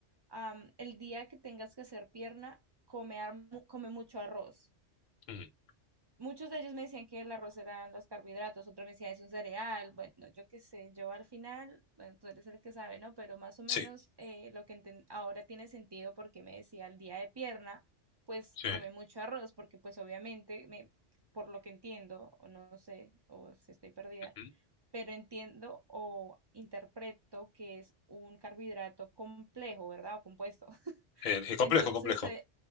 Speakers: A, on the right; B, on the left.
A: am, el día que tengas que hacer pierna, come, ar- mu- come mucho arroz.
B: Mm, mm.
A: Muchos de ellos me decían que el arroz eran los carbohidratos, otros me decían es un cereal, bueno, yo qué sé, yo al final, bueno, tú eres el que sabe, ¿no? Pero más o menos
B: Sí,
A: eh, lo que enten- ahora tiene sentido porque me decía el día de pierna, pues
B: sí.
A: come mucho arroz, porque pues obviamente, me, por lo que entiendo, o no sé, o si estoy perdida,
B: Ujú.
A: pero entiendo o interpreto que es un carbohidrato complejo, ¿verdad? O compuesto. <laughs>
B: Eh, Es complejo,
A: Entonces,
B: complejo.
A: eh,